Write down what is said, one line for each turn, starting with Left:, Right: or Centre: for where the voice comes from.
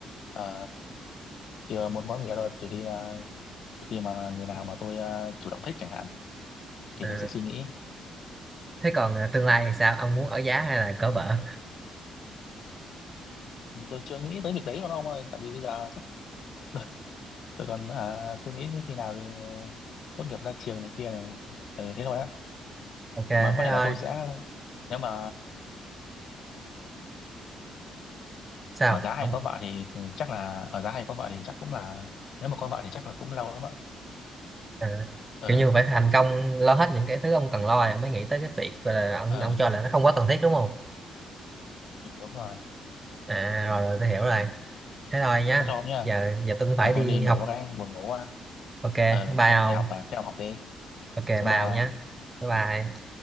Left: ờ, chưa muốn có người yêu đâu trừ khi ờ, trừ khi mà người nào mà tôi ờ, chủ động thích chẳng hạn thì
Right: Ờ,
Left: tôi sẽ suy nghĩ
Right: thế còn à, tương lai thì sao ông muốn ở giá hay là cỡ vợ
Left: tôi chưa nghĩ tới việc đấy đâu ông ơi tại vì bây giờ sắp <laughs> tôi còn ờ, suy nghĩ khi nào thì tốt nghiệp ra trường này kia này ừ, thế thôi á
Right: ok thế
Left: mà có thể
Right: thôi
Left: là tôi sẽ nếu mà
Right: sao
Left: ở giá hay
Right: ông
Left: có vợ thì ừ, chắc là ở giá hay có vợ thì chắc cũng là nếu mà có vợ thì chắc là cũng lâu lắm ạ
Right: ờ,
Left: ờ
Right: kiểu như phải thành công lo hết những cái thứ ông cần lo rồi ông mới nghĩ tới cái việc gọi là ông
Left: ờ
Right: ông cho là nó không quá cần thiết đúng không
Left: đúng rồi
Right: à rồi rồi tôi hiểu rồi thế thôi nhá
Left: thế thôi ông nhá
Right: giờ giờ tôi cũng phải
Left: là
Right: đi
Left: tôi đi ngủ
Right: học
Left: cái buồn ngủ quá
Right: ok
Left: ờ
Right: bye
Left: ông
Right: ông
Left: đi học à thế ông học đi
Right: ok bye
Left: bye
Right: ông
Left: ông
Right: nhá bye bye